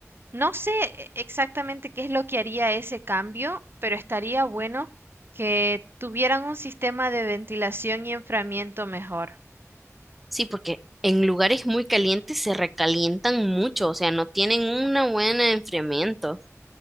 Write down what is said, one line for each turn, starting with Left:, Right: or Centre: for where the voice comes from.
Right: no sé e- exactamente qué es lo que haría ese cambio, pero estaría bueno que tuvieran un sistema de ventilación y enfriamiento mejor.
Centre: Sí, porque en lugares muy calientes se recalientan mucho, o sea, no tienen una buena enfriamiento.